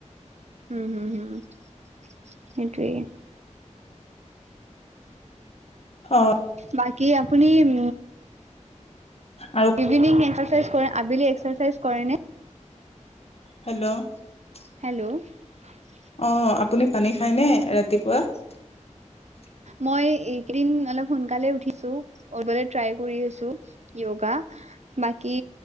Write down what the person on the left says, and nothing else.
অ <unintelligible>
আৰু
হেল্ল' <unintelligible>
অ আপুনি পানী খাইনে ৰাতিপুৱা? <inaudible> <inaudible>